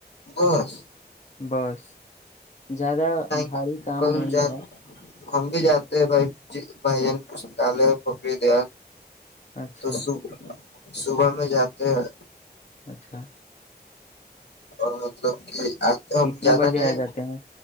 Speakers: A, on the left (about 80°); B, on the left (about 45°).
A: ا <inaudible>
B: بس زیادہ بھاری
A: گے
B: کام
A: کل
B: نہیں
A: جا
B: ہے
A: ہم بھی جاتے ہیں بھائی بھائی جان پستکالے پوکری دیا
B: اچھا
A: تو سو <inaudible> صبح میں جاتے ہیں
B: اچھا
A: اوراں سبک <inaudible> اب تو ہم
B: کتنا
A: زیادہ
B: بجے
A: نہیں
B: آ جاتے ہیں